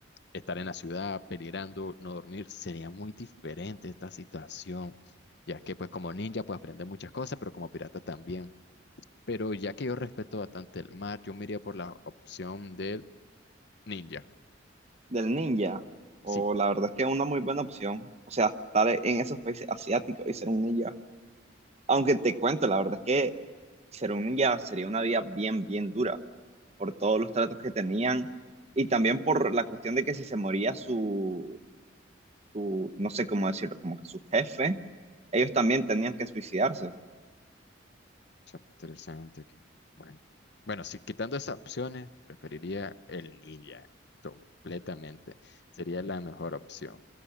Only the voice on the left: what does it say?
estar en la ciudad, peligrando, no dormir, sería muy diferente esta situación, ya que pues como ninja puedes aprender muchas cosas, pero como pirata también. Pero ya que yo respeto bastante el mar, yo me iría por la opción del ninja.
Sí.
Está Interesante. Bueno, bueno, si quitando esas opciones, preferiría el ninja completamente. Sería la mejor opción.